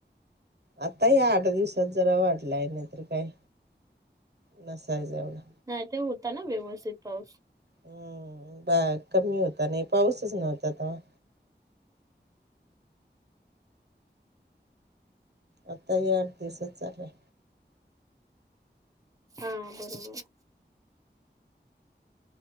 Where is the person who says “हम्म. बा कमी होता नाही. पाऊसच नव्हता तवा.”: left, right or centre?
Right